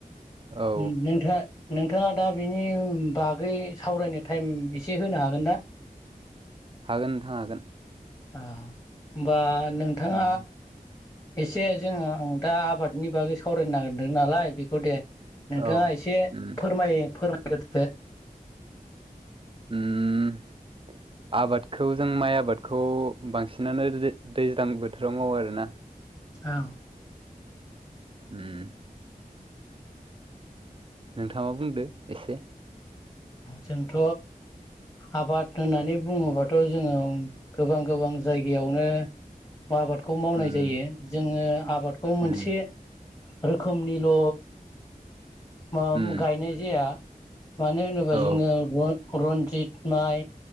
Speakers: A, on the right; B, on the left.
A: औ
B: <unintelligible> नोंथाङा-नोंथाङा दा बिनि बागै सावरायनो टाइम एस से होनो हागोन ना?
A: हागोन नोंथां हागोन।
B: आ होनबा नोंथा
A: उम
B: एसे जोङो दा आबादनि बागै सावरायनो नागिरदों नालाय बेखौ दे नोंथाङा
A: औ
B: एसे
A: उम
B: फोरमाय-फोरमायग्रोदो।
A: उम
B: <inaudible>
A: आबादखौ जों माइ आबादखौ बांसिनानो <unintelligible> दैज्लां बोथोराव मावो आरोना
B: औ
A: उम नोंथाङा बुंदो एसे।
B: जोंथ' आबाद होननानै बुङोबाथ' जोङो गोबां-गोबां जायगायावनो आबादखौ मावनाय
A: उम
B: जायो जोङो आबादखौ मोनसे
A: उम
B: रोखोमनिल' मा
A: उम
B: गायनाय जाया मानो होनोबा
A: औ
B: जोङो रन रन्जित माइ